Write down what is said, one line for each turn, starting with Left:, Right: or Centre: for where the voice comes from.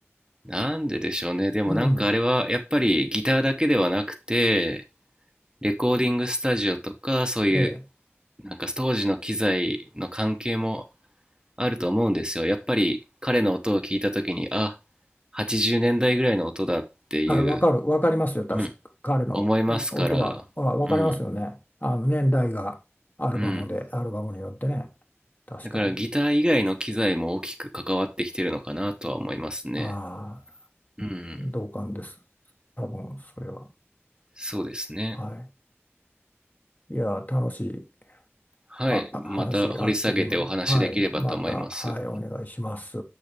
Right: なんででしょうね。でもなんかあれはやっぱりギターだけではなくて、
Left: うん。
Right: レコーディングスタジオとかそういう
Left: で、
Right: なんか当時の機材の関係もあると思うんですよ。やっぱり彼の音を聞いた時に、あ、80年代ぐらいの音だっていう、
Left: あれ、わかる、わかりますよ、確か彼の音は。
Right: うん、思いますから、
Left: あ、わかりますよね。
Right: うん、
Left: あの年代がアルバムで、
Right: うん。
Left: アルバムによってね。確かに。
Right: だからギター以外の機材も大きく関わってきてるのかなとは思いますね。
Left: ああ、
Right: うん、
Left: 同感です。多分、それは。
Right: そうですね。
Left: はい。いや、楽しい、
Right: はい、
Left: は、
Right: また掘り下げてお話しできればと思います。
Left: 話、あっという間に。はい。また、はい、お願いします。